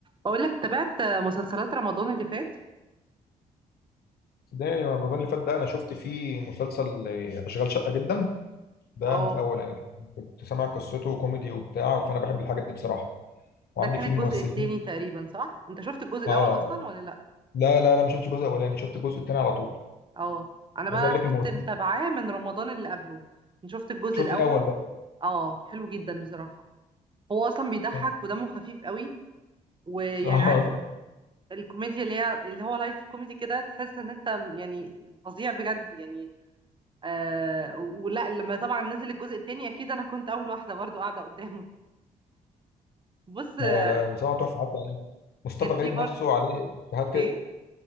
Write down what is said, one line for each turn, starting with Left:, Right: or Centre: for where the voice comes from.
Right: بقول لك تابعت مسلسلات رمضان اللي فات
Left: ده يا رمضان اللي فات ده انا شفت فيه مسلسل آه، اشغال شقه جدا ده
Right: اه
Left: من الاول يعني كده. كنت سامع قصته وكوميدي وبتاع فانا بحب الحاجات دي بصراحه وعندك
Right: ده كان
Left: فيه
Right: الجزء
Left: الممثلين
Right: التاني تقريبا صح انت شفت الجزء الاول
Left: اه
Right: اصلا ولا لا
Left: لا لا لا ما شفتش الجزء الاولاني شفت الجزء الثاني على طول
Right: اه انا بقى
Left: عايز اقول لك
Right: كنت
Left: الممثلين
Right: متابعاه من رمضان اللي قبله انا شفت الجزء
Left: شفت
Right: الاول
Left: الاول بقى
Right: اه حلو جدا بصراحة هو اصلا بيضحك
Left: اه
Right: ودمه خفيف قوي ويعني
Left: اه
Right: عارف ال- الكوميديا اللي هي اللي هو لايت كوميدي كده تحس ان انت م- يعني فظيع بجد يعني آه ولا لما طبعا نزل الجزء التاني اكيد انا كنت اول واحدة برضو قاعدة قدامه بص آه،
Left: آه، لا بصراحه تحفه حتى يعني مصطفى
Right: كان في
Left: غريب
Right: برضو
Left: نفسه عليه افيهات
Right: ايه
Left: كده